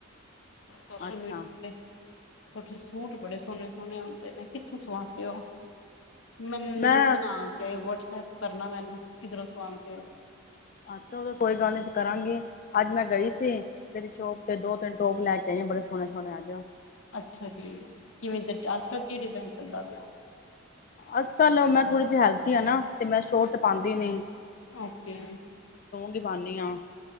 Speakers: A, on the left; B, on the left.
A: ਸੋਸ਼ਲ
B: ਅੱਛਾ
A: ਮੀਡੀਐ। ਤੋਹਡੇ ਸੂਟ ਬੜੇ ਸੋਣੇ-ਸੋਣੇ ਹੁੰਦੇ ਨੇ, ਕਿੱਥੋਂ ਸੁਵਾਂਦੇ ਓ? ਮੈਨੂੰ
B: ਮੈਂ
A: ਦੱਸਣਾ ਜੇ ਵਟਸਐਪ ਕਰਨਾ ਮੈਨੂੰ ਕਿਧਰੋਂ ਸੁਵਾਂਦੇ ਓ?
B: ਅੱਛਾ ਓ ਤੇ ਕੋਈ ਗੱਲ ਨੀ ਕਰਾਂਗੀ। ਅੱਜ ਮੈਂ ਗਈ ਸੀ, ਤੇਰੀ ਸ਼ੋਪ ਤੇ ਦੋ ਤਿੰਨ ਟੋਪ ਲੈ ਕੇ ਆਂਈ ਆ ਬੜੇ ਸੋਣੇ ਸੋਣੇ ਅੱਜ।
A: ਅੱਛਾ ਜੀ ਕਿਵੇਂ ਕੀ <unintelligible> ਡਿਨ ਚੱਲਦਾ। <inaudible>
B: ਅੱਜ ਕੱਲ ਮੈਂ ਥੋੜ੍ਹੀ ਜੀ ਹੈਲਥੀ ਆਂ ਨਾ, ਤੇ ਮੈਂ ਛੋਟ ਤੇ ਪਾਂਦੀ ਨੀਂ।
A: ਓਕੇ।
B: ਦੀਵਾਨੀ ਆਂ।